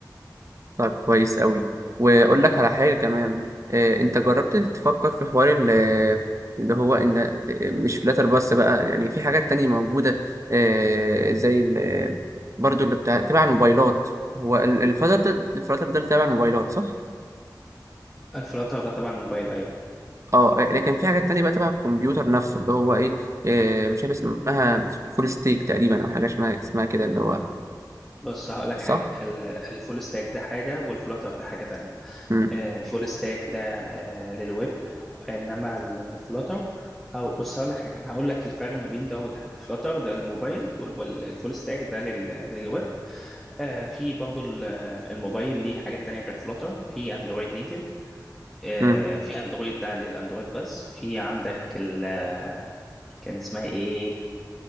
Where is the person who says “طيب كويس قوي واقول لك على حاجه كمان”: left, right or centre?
Right